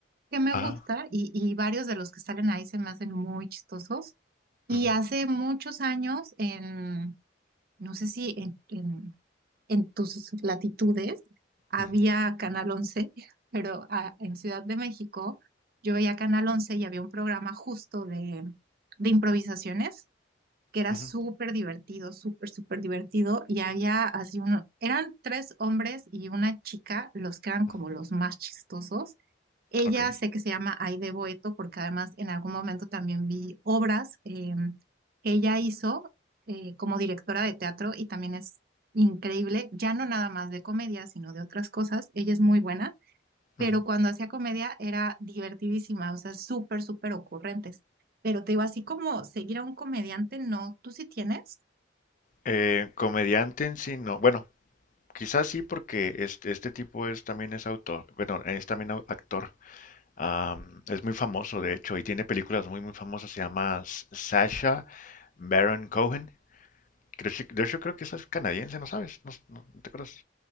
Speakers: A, on the right; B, on the left.
A: que me
B: Ah,
A: gusta y, y varios de los que salen ahí se me hacen muy chistosos. Y
B: ujú,
A: hace muchos años, en, no sé si en, en, en tus latitudes, había
B: ujú,
A: Canal Once pero ah, en Ciudad de México yo veía Canal Once y había un programa justo de de improvisaciones que era
B: ujú,
A: súper divertido, súper, súper divertido, y había así uno, eran tres hombres y una chica, los que eran
B: ujú,
A: como los más chistosos. Ella
B: ok.
A: sé que se llama Aide Boeto, porque además en algún momento también vi obras eh, que ella hizo eh, como directora de teatro y también es increíble, ya no nada más de comedia, sino de otras cosas. Ella es muy buena pero
B: ujú.
A: cuando hacía comedia era divertidísima, o sea, súper, súper ocurrentes. Pero te digo, así como seguir a un comediante, no, ¿tú sí tienes?
B: Eh, comediante en sí, no. Bueno, quizás sí porque este, este tipo es también es autor, bueno, es también au- actor. Am, es muy famoso, de hecho, y tiene películas muy, muy famosas. Se llama S- Sacha Baron Cohen. Creo, que- de hecho, creo que esa es canadiense, ¿no sabes? No, no- no te acuerdas.